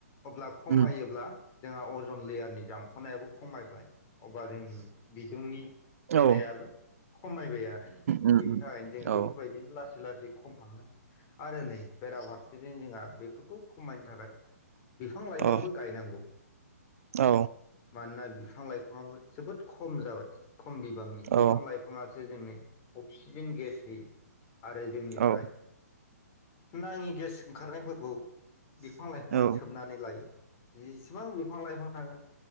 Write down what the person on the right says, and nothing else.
उम
औ
उम
उम
औ
औ
औ
औ
औ
औ